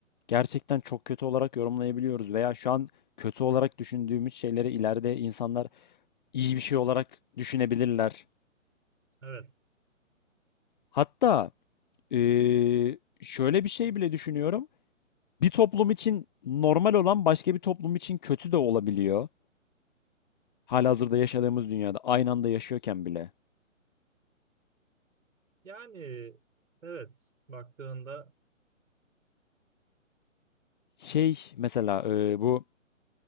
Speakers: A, on the left; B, on the right.
A: gerçekten çok kötü olarak yorumlayabiliyoruz veya şu an kötü olarak düşündüğümüz şeyleri ileride insanlar iyi bir şey olarak düşünebilirler.
B: evet.
A: Hatta eee, şöyle bir şey bile düşünüyorum. Bir toplum için normal olan başka bir toplum için kötü de olabiliyor. Halihazırda yaşadığımız dünyada aynı anda yaşıyorken bile.
B: Yani evet baktığında
A: Şey mesela eee, bu